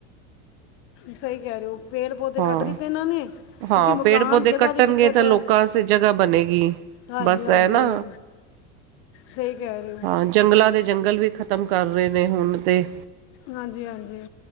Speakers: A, on the left; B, on the right.
A: ਸਹੀ ਕਹਿ ਰਹੇ ਹੋ ਪੇੜ ਪੌਦੇ
B: ਹਾਂ
A: ਕੱਟ ਦਿੱਤੇ ਇਹਨਾਂ ਨੇ
B: ਹਾਂ
A: ਕਿਉਂਕਿ ਮਕਾਨ
B: ਪੇੜ ਪੌਦੇ
A: ਜਗ੍ਹਾ
B: ਕੱਟਣਗੇ
A: ਦੀ ਦਿੱਕਤ
B: ਤਾਂ
A: ਹੈ
B: ਲੋਕਾਂ ਵਾਸਤੇ ਜਗ੍ਹਾ ਬਣੇਗੀ
A: ਹਾਂਜੀ
B: ਬਸ
A: ਹਾਂਜੀ
B: ਹੈ ਨਾ
A: ਸਹੀ ਕਹਿ ਰਹੇ ਹੋ
B: ਹਾਂ ਜੰਗਲਾਂ ਦੇ ਜੰਗਲ ਵੀ ਖ਼ਤਮ ਕਰ ਰਹੇ ਨੇ ਹੁਣ ਤੇ
A: ਹਾਂਜੀ ਹਾਂਜੀ